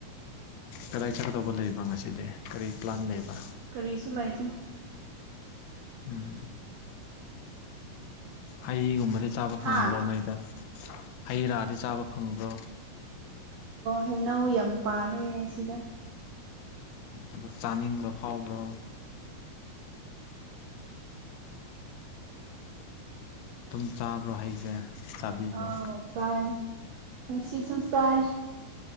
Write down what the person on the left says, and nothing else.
ꯀꯗꯥꯏ ꯆꯠꯀꯗꯧꯕ ꯂꯩꯕ ꯉꯁꯤꯗꯤ ꯀꯔꯤ ꯄ꯭ꯂꯥꯟ ꯂꯩꯕ
ꯎꯝ ꯍꯩꯒꯨꯝꯕꯗꯤ ꯆꯥꯕ
ꯐꯪꯕ꯭ꯔꯣ ꯅꯣꯏꯗ ꯍꯩ ꯔꯥꯗꯤ ꯆꯥꯕ ꯐꯪꯕ꯭ꯔꯣ
ꯑꯗꯨ ꯆꯥꯅꯤꯡꯕ ꯐꯥꯎꯕ꯭ꯔꯣ ꯇꯨꯝ ꯆꯥꯕ꯭ꯔꯣ ꯍꯩꯁꯦ ꯆꯥꯕꯤꯕ꯭ꯔꯣ